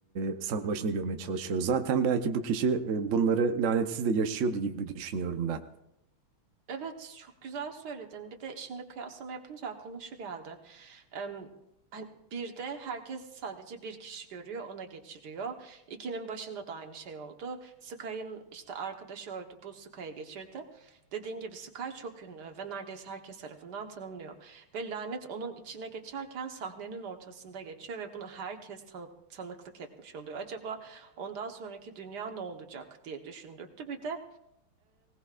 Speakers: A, on the right; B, on the right.
A: e, savaşını görmeye çalışıyoruz. Zaten belki bu kişi e, bunları lanetsiz de yaşıyordu gibi düşünüyorum ben.
B: Evet, çok güzel söyledin. Bir de şimdi kıyaslama yapınca aklıma şu geldi. Em, hani bir de herkes sadece bir kişi görüyor, ona geçiriyor. İkinin başında da aynı şey oldu. Sky'ın işte arkadaşı öldü, bu Sky'a geçirdi. Dediğin gibi Sky çok ünlü ve neredeyse herkes tarafından tanınıyor. Ve lanet onun içine geçerken sahnenin ortasında geçiyor ve bunu herkes tanı- tanıklık etmiş oluyor. Acaba ondan sonraki dünya ne olacak diye düşündürttü. Bir de